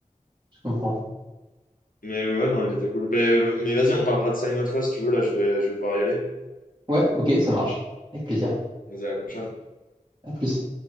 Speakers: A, on the right; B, on the left.
A: je comprends.
B: Mais ouais, non, il était cool. Mais, euh, mais vas-y, on parlera de ça une autre fois si tu veux. Là, je vais, je vais devoir y aller.
A: Ouais, ok, ça marche. Avec plaisir.
B: Vas-y, à la prochaine.
A: À plus.